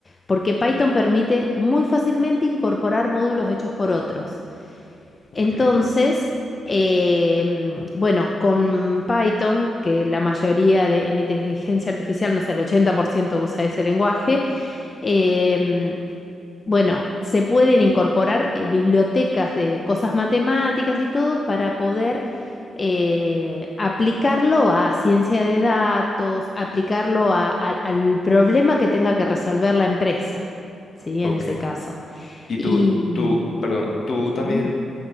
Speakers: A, on the left; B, on the left.
A: porque Python permite muy fácilmente incorporar módulos hechos por otros.
B: ok,
A: Entonces, eh, bueno, con Python, que la mayoría de, en inteligencia artificial, no sé, el 80% usa ese lenguaje, eh, bueno, se pueden incorporar eh, bibliotecas de cosas matemáticas y todo para poder eh, aplicarlo a ciencia de datos, aplicarlo a- al al problema que tenga que resolver la empresa, ¿sí?
B: ok.
A: En ese caso.
B: ¿Y
A: Y
B: tú,
A: mm,
B: tú, perdón, tú
A: sí.
B: también